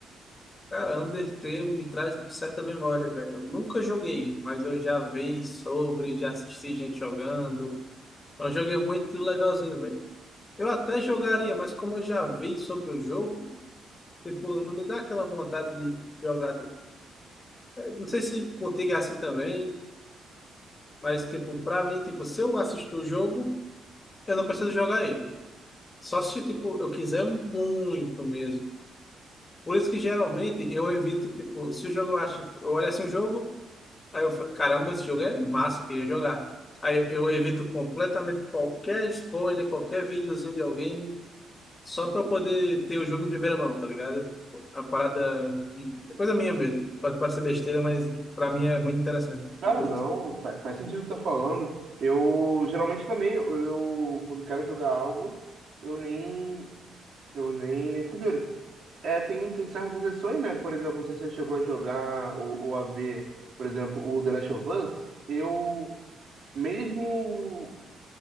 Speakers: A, on the left; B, on the right.
A: Cara, Undertale me traz uma certa memória, velho. Eu nunca joguei, mas eu já vi sobre, já assisti gente jogando. É um jogo muito legalzinho, velho. Eu até jogaria, mas como eu já vi sobre o jogo, tipo, não me dá aquela vontade de jogar. tipo, eh, Não sei se contigo é assim também, mas tipo, pra mim, tipo, se eu assisto o jogo, eu não preciso jogar ele. Só se tipo, eu quiser muito mesmo. Por isso que geralmente eu evito, tipo, se o jogo eu acho, eu olho assim o jogo, aí eu falo, caramba, esse jogo é massa, eu queria jogar. Aí eu evito completamente qualquer spoiler, qualquer videozinho de alguém. Só pra eu poder ter o jogo em primeira mão, tá ligado? A parada que é coisa minha mesmo. Pode parecer besteira, mas pra mim é muito interessante.
B: Cara,
A: Eu curto.
B: não. fa- Faz sentido o que tá falando. Eu geralmente também, eu quando quero jogar algo, eu nem. Eu nem, nem fico de olho. É, tem, tem certas exceções, né? Por exemplo, não sei se você chegou a jogar ou, ou a ver, por exemplo, o The Last of Us. Eu, mesmo